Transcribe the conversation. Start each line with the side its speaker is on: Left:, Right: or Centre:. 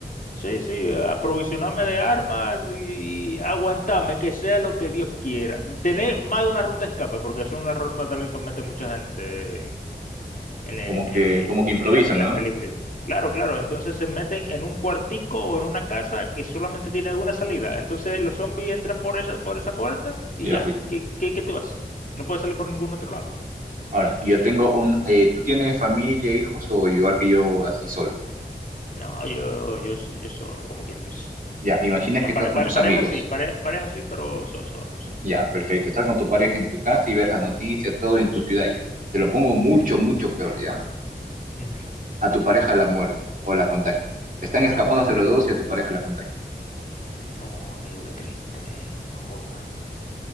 Left: Sí, sí, aprovisionarme de armas y aguantarme, que sea lo que Dios quiera. Tener más de una ruta de escape, porque eso es un error fatal que comete mucha gente en, en, eh,
Right: como que, como que
Left: en
Right: improvisan,
Left: la- en las
Right: ¿no?
Left: películas. Claro, claro, entonces se meten en un cuartico o en una casa que solamente tiene una salida. Entonces los zombies entran por esa, por esa puerta y
Right: Y ya
Left: ya,
Right: fuiste.
Left: ¿qué, qué, qué tú haces? No puedes salir por ningún otro lado.
Right: Ahora, yo tengo un... eh, ¿tú tienes familia, hijos o igual que yo, así solo?
Left: No, yo, yo, so- yo solo, como quien dice.
Right: Ya, imagina
Left: Ah,
Right: que
Left: pare-
Right: estás con
Left: pare-
Right: tus
Left: pareja
Right: amigos.
Left: sí, pare- pareja sí, pero so- solo, solo.
Right: Ya, perfecto. Estás con tu pareja en tu casa y ves las noticias, todo en tu ciudad ya. Te lo pongo mucho,
Left: Ujú,
Right: mucho peor, ¿ya?
Left: ujú.
Right: a tu pareja
Left: Ujú.
Right: la muerden o la contagian. Están escapándose
Left: No, amigo.
Right: los dos y a tu pareja la contagian.
Left: No, amigo, qué triste, eh, No jodas.